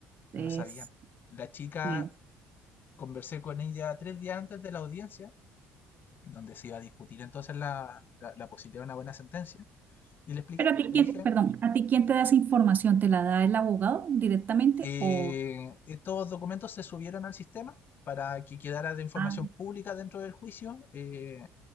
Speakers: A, on the right (about 40°); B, on the left (about 45°).
A: Es,
B: no sabían. La chica,
A: sí.
B: conversé con ella tres días antes de la audiencia, donde se iba a discutir entonces la, la, la posibilidad de una buena sentencia, y le expliqué,
A: Pero a ti
B: le
A: quién,
B: dije,
A: perdón, ¿a ti quién te da esa información? ¿Te la da el abogado directamente
B: Eh,
A: o
B: estos documentos se subieron al sistema para que quedara de información
A: ah,
B: pública dentro del juicio, eh,